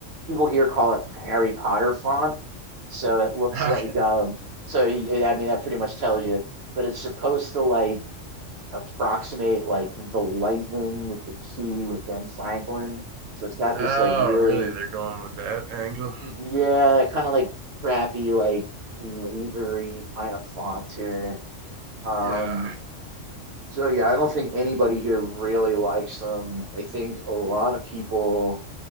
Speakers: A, on the right (about 60°); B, on the right (about 85°).
A: people here call it Harry Potter font. So it looks
B: Okay.
A: like um so y- I mean that pretty much tells you, but it's supposed to like approximate like the lightning with the key with Ben Franklin. So it's not
B: Oh,
A: this like really,
B: really? They're going with that angle?
A: yeah, kind of like crappy, like lasery kind of font to it. Um,
B: Yeah.
A: so yeah, I don't think anybody here really likes them. I think a lot of people